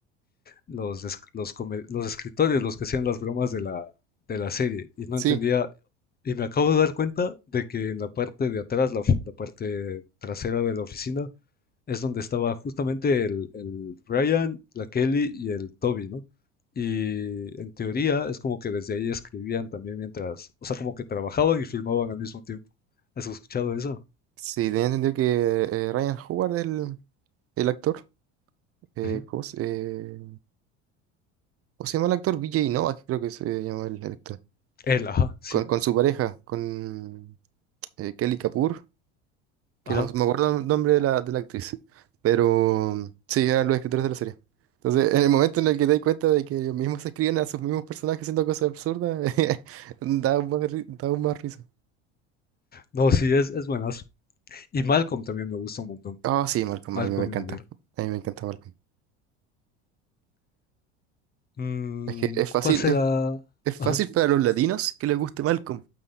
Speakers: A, on the left; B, on the right.
A: los, es- los, come- los escritores, los que hacían las bromas de la, de la serie, y no
B: Sí,
A: entendía, y me acabo de dar cuenta de que en la parte de atrás, la, f- la parte trasera de la oficina, es donde estaba justamente el, el Ryan, la Kelly y el Toby, ¿no? Y en teoría es como que desde ahí escribían también mientras, o sea, como que trabajaban y filmaban al mismo tiempo. ¿Has escuchado eso?
B: sí, tenía entendido que eh, Ryan Howard, el, el actor, eh,
A: Ujú.
B: ¿cómo se, eh, ¿cómo se llama el actor? Vijay Novak, creo que se llama el, el actor.
A: Él, ajá, sí,
B: Con, con su pareja, con eh, Kelly Kapoor, que
A: ajá.
B: no me acuerdo el nombre de la, de la actriz, pero mm, sí, eran los escritores de la serie. Entonces, en el momento en el que te das cuenta de que ellos mismos se escriben a sus mismos personajes haciendo cosas absurdas, <laughs> da aún más, ri- da aún más risa.
A: No, sí, es, es buenazo. Y Malcolm también me gusta un montón.
B: Oh, sí, Malcolm,
A: Malcolm
B: a mí me encanta.
A: in the Middle.
B: A mí me encanta Malcolm.
A: Mm,
B: Es que es fácil,
A: ¿cuál será?
B: Es fácil
A: Ajá,
B: para los latinos que les guste Malcolm,